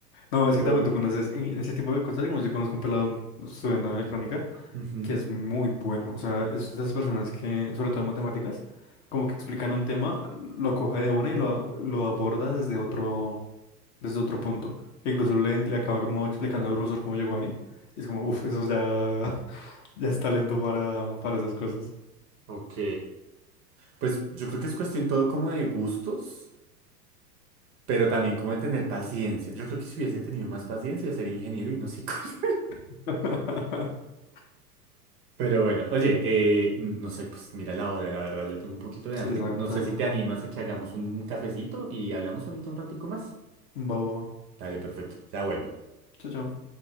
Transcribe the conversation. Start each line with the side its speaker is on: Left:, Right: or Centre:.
Left: No,
Right: Pero
Left: es que también
Right: bueno.
Left: tú conoces en ese tipo de cosas, digamos, yo conozco un pelado estudiando en electrónica
Right: Ujú,
Left: que es muy bueno, o sea, es de esas personas que, sobre todo en matemáticas, como que explican un tema, lo coge de una y lo, lo aborda desde otro, desde otro punto, que incluso le, le acaba como explicando al profesor cómo llegó ahí, y es como, uff, eso ya, <laughs> ya es talento para, para esas cosas.
Right: Ok. Pues yo creo que es cuestión todo como de gustos, pero también como de tener paciencia. Yo creo que si hubiese tenido más paciencia sería ingeniero y no psicólogo. <laughs>
Left: <laughs>
Right: Pero bueno, oye, eh, no sé, pues mira la hora, la verdad, yo tengo un poquito de hambre.
Left: Sí, es
Right: No
Left: tarde,
Right: sé si te animas a que hagamos un cafecito y hablamos ahorita un ratico más.
Left: babo,
Right: Dale, perfecto, ya vuelvo.
Left: chao, chao.